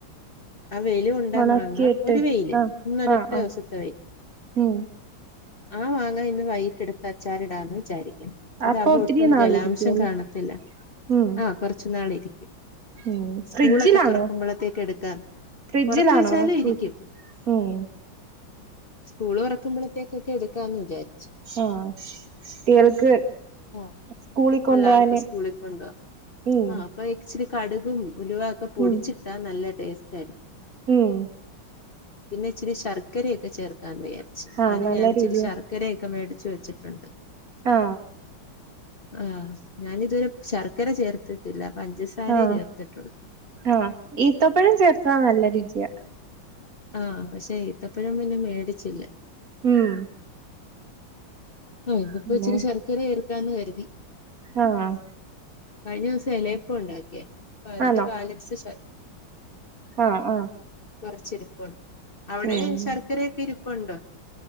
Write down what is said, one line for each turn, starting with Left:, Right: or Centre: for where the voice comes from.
Left: ആ വെയില് കൊണ്ടാ
Right: ഒണക്കിയിട്ട്
Left: മാങ്ങ ഒരു രു വെയില്
Right: ആഹ്
Left: ഇന്നൊരൊറ്റ
Right: ആഹ്
Left: ദെവസത്തെ
Right: ആഹ്
Left: വെയ്
Right: ഉം
Left: ആ മാങ്ങാ ഇന്ന് വൈയിട്ട് എടുത്ത് അച്ചാരിടാന്ന് വിചാരി അതാമ്പോ
Right: അപ്പൊ ഒത്തിരി
Left: ഒട്ടും
Right: നാളിരിക്കുവല്ലേ
Left: ജലാംശം കാണത്തില്ല
Right: ഉം
Left: ആഹ് കൊറച്ചു നാൾ ഇരിക്കും
Right: ഉം
Left: സ്കൂളൊക്കെ
Right: ഫ്രിഡ്ജിലാണോ
Left: തുറക്കുമ്പൊളത്തേക്ക് എടുക്കാം
Right: ഫ്രിഡ്ജിലാണോ
Left: പൊറത്ത് വെച്ചാലും ഇരിക്കും
Right: ഉം
Left: സ്കൂളുതൊറ ആകുമ്പളത്തേകൊക്കെ എട്ക്കാന്ന് വിചാരി
Right: ആ കേൾക്ക്
Left: ആഹ്
Right: സ്കൂളി കൊണ്ടപോവാന്
Left: പിള്ളേർക്ക് സ്കൂളിൽ കൊണ്ടുപോവാ
Right: ഉം
Left: ആ അപ്പൊ ഇച്ചിരി കടുകും ഉലുവൊക്കെ പൊടിച്ചിട്ടാ
Right: ഉം
Left: നല്ല ടേസ്റ്റാരി
Right: ഉം
Left: പിന്നെ ഇച്ചിരി ശർക്കരയൊക്കെ ചേർക്കാൻ വയ്യ ച്ച്
Right: ആഹ്
Left: ഞ
Right: നല്ല
Left: ഞാനിച്ചിരി
Right: രുചിയ
Left: ശർക്കരയൊക്കെ മേടി ച്ച് വെച്ചിട്ടുണ്ട്
Right: ആ
Left: ആ ഞാനിതുവരെ ശർ ക്കര ചേർത്തിട്ടില്ല പഞ്ചസാരേ
Right: ആ
Left: ചേർത്തിട്ടുള്ളൂ
Right: ആ ഈത്തപ്പഴം ചേർത്താ നല്ല രുചി യ
Left: ആ പക്ഷെ ഈത്തപ്പഴം പിന്നെ മേടി ചില്ല
Right: ഉം
Left: ആ ഇ ഇപ്പൊ
Right: പിന്നെ
Left: ഇച്ചിരി ശർക്കരയായിരു ക്കാന്ന് കര്തി
Right: ആഹ്
Left: കഴിഞ്ഞ ദിവസം എല്ലേ ഇപ്പ ഉണ്ടാക്കിയ അപ്പ അതിന്റെ
Right: ആണോ
Left: ബാലൻസ് ശർ
Right: ആഹ് ആഹ്
Left: കുറച്ചരിപ്പുണ്ട് അവിടെ
Right: ഉം
Left: ശർക്കരൊക്കെ ഇരു കൊണ്ട്